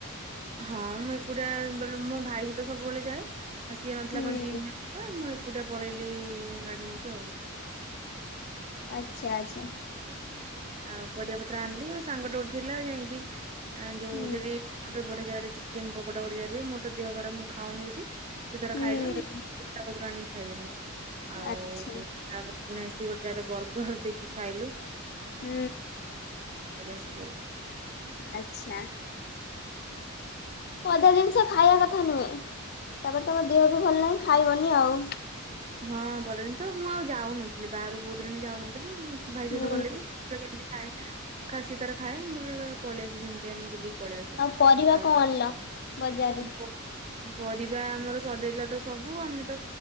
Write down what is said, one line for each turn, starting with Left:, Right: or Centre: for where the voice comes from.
Right: ହଁ ମୁଁ ଏକୁଟିଆ ବେଳେ ମୋ ଭାଇ ସହିତ ସବୁବେଳେ ଯାଏ। ଆଉ ସିଏ ନଥିଲା
Left: ହୁଁ
Right: କଣ ଜିମ୍ ଯାଇଥିଲା ମୁଁ ଏକୁଟଆ ପଳେଇଲି ଗାଡି ନେଇକି ଆଉ।
Left: ଆଚ୍ଛା ଆଚ୍ଛା।
Right: ଆଉ ପରିବାପତ୍ର ଆଣିଲି ଆଉ ସାଙ୍ଗଟେ ଗୋଟେ ଥିଲା ଯାଇକି ଯୋଉ
Left: ହୁଁ
Right: ସେଠି। ଗୋଟେ ବଢିଆ ଜାଗାରେ ଚିକେନ୍ ପକୋଡା ଗୋଟେ ଜାଗାରେ ହୁଏ। ମୋର ତ ଦେହ ଖରାପ ମୁଁ ଖାଉନି ବେଶି ସେ ତାର
Left: ହୁଁ।
Right: ଖାଇଲା। ପତ୍ର ଆଣିକି ଖାଇଦେଲି ଆଉ।
Left: ଆଚ୍ଛା
Right: ତାପରେ ପୁଣି ଆସିିକି ଗୋଟେ ଯାଗାରେ ବର୍ଗର ଦେଖିକି ଖାଇଲୁ।
Left: ହୁଁ।
Right: ଏବେ ଆସିଥିଲେ।
Left: ଆଚ୍ଛା। ଅଧା ଜିନିଷ ଖାଇବା କଥା ନୁହେଁ। ତାପରେ ତମ ଦେହ ବି ଭଲ ନାହିଁ ଖାଇବନି ଆଉ।
Right: ହଁ ପଦା ଜିନିଷ ମୁଁ ଆଉ ଯାଉନଥିଲି ବାହାରୁ ବହୁତ ଦିନ ହେଲାଣି ଯାଉନଥିଲି। ମୁଁ ଭାଇ
Left: ହୁଁ
Right: ସହିତ ଗଲେ ବି- ସେ ଯେମିତି ଖାଏ। ସେ ତାର ଖାଏ। ବ ପଳେଇଆସେ ସେମିତି ଆମେ ବୁଲିକି। ପଳେଇ ଆସ
Left: ଆଉ ପରିବା
Right: ଆଉ
Left: କଣ ଆଣିଲ? ବଜାରରୁ
Right: ପ ପ। ପରିବା ଆମର ସରିଯାଇଥିଲା ତ ସବୁ ଆମେ ତ